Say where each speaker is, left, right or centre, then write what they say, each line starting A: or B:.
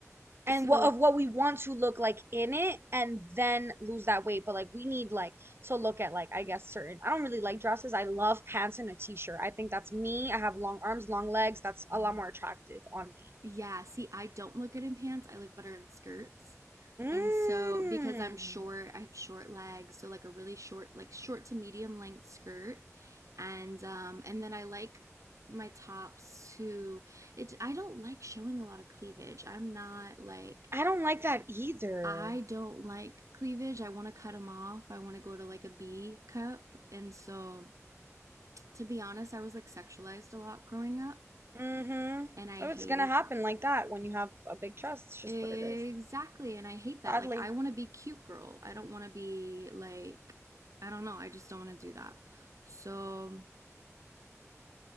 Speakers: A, on the right (about 45°); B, on the right (about 70°).
A: and
B: So
A: what of what we want to look like in it, and then lose that weight. But like we need like to look at like I guess certain. I don't really like dresses. I love pants and a t-shirt. I think that's me. I have long arms, long legs. That's a lot more attractive on me.
B: Yeah, see, I don't look good in pants. I look better in skirts.
A: Mm,
B: And so, because I'm short, I have short legs, so like a really short, like short to medium length skirt. And um and then I like my tops to it I don't like showing a lot of cleavage. I'm not like
A: I don't like that either.
B: I don't like cleavage. I want to cut them off. I want to go to like a B cup. And so, to be honest, I was like sexualized a lot growing up,
A: Mm-hmm.
B: and I
A: Oh,
B: hated
A: it's gonna happen like that when you have a big chest. It's just
B: Exactly,
A: what it is,
B: and I hate that.
A: sadly.
B: Like I want to be cute girl. I don't want to be like I don't know. I just don't want to do that. So,